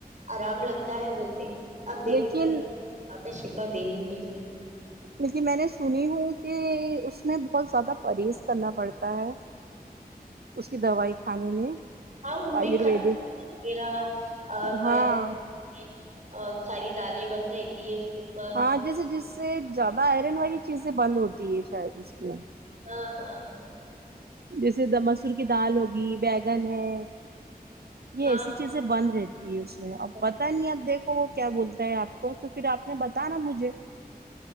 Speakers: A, on the right (about 50°); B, on the right (about 75°).
A: آرام لگتا ہے بولتے اب دیکھیں
B: لیکن
A: ہلک ہاتھ میں شفا دینے کے لیے
B: لیکن میں نے سنی ہوں کہ اس میں بہت زیادہ پرہیز کرنا پڑتا ہے اس کی دوائی کھانے میں
A: ہاں ان میں
B: آیورویدک
A: کھٹا وغیرہ اور
B: ہاں
A: بی گن اور ساری دالیں بند رہتی ہے کے اوپر
B: ہاں جسے جس سے زیادہ آئرن والی چیزیں بند ہوتی ہے شاید اس میں
A: ہاں ہاں ہاں
B: جیسے مسور کی دال ہوگی بیگن ہے یہ
A: ہاں
B: ایسی چیزیں بند رہتی ہے اس میں
A: ہاں
B: اب پتہ نہیں آپ دیکھ و وہ کیا بولتا ہے آپ کو تو پھر آپ نے بتا نا مجھے